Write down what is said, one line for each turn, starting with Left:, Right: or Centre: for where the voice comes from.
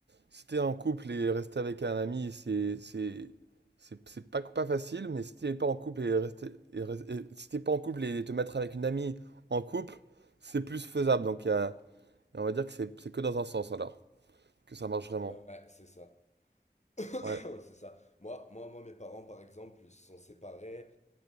Right: si t'es en couple et rester avec un ami, c'est, c'est, c'est, c'est pas, pas facile, mais si t'es pas en couple et rester, et, res- et si t'es pas en couple et te mettre avec une amie en couple, c'est plus faisable. Donc, il y a- on va dire que c'est, c'est que dans un sens, alors, que ça marche vraiment.
Left: Ouais, ouais, c'est ça. <clears throat>
Right: Ouais.
Left: C'est ça. Moi, moi, moi, mes parents, par exemple, ils se sont séparés.